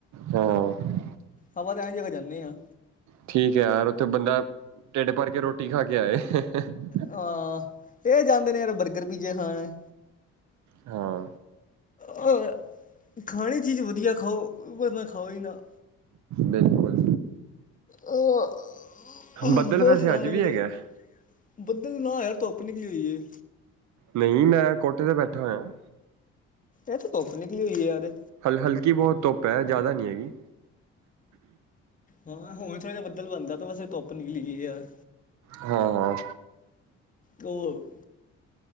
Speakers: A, on the right (about 75°); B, on the left (about 25°).
A: ਹਾਂ
B: ਹਵਾ ਤਾਂ ਐਵੇ ਜਗ੍ਹਾ ਜਾਂਦੇ ਹਾਂ।
A: ਠੀਕ ਹੈ ਯਾਰ ਉੱਥੇ ਬੰਦਾ ਟਿਡ ਭਰ ਕੇ ਰੋਟੀ ਖਾ ਕੇ ਆਏ। ਹ, ਹ
B: ਹਾਂ ਇਹ ਜਾਂਦੇ ਨੇ ਯਾਰ ਬਰਗਰ ਪੀਜੇ ਖਾਣ
A: ਹਾਂ।
B: ਹੋਰ, ਖਾਣੀ ਚੀਜ਼ ਵਧੀਆ ਖਾਓ ਵਰਨਾ ਖਾਓ ਹੀ ਨਾ।
A: ਬਿਲਕੁਲ
B: ਅ
A: ਬੱਦਲ
B: ਹੋਰ
A: ਵੈਸੇ
B: ਸੁਣਾ
A: ਅੱਜ
B: ਨਵੀ
A: ਵੀ
B: ਤਾਜੀ।
A: ਹੈਗਾ
B: ਬੱਦਲ ਨਾਂ ਯਾਰ ਧੁੱਪ ਨਿਕਲੀ ਹੋਈ ਏ।
A: ਨਹੀਂ ਮੈਂ ਕੋਠੇ ਤੇ ਬੈਠਾ ਹੋਇਆ।
B: ਇਥੇ ਧੁੱਪ ਨਿਕਲੀ ਹੋਈ ਏ ਯਾਰ
A: ਹਲ ਹਲਕੀ ਬਹੁਤ ਧੁੱਪ ਹੈ ਜ਼ਿਆਦਾ ਨੀ ਹੈਗੀ
B: ਹਾਂ ਹਾਂ ਹੁਣ ਥੋੜ੍ਹਾ ਜਿਹਾ ਬੱਦਲ ਬਣਦਾ ਪਿ ਵੈਸੇ ਧੁੱਪ ਨਿਕਲੀ ਹੋਈ ਏ ਯਾਰ
A: ਹਾਂ ਹਾਂ
B: ਉਹ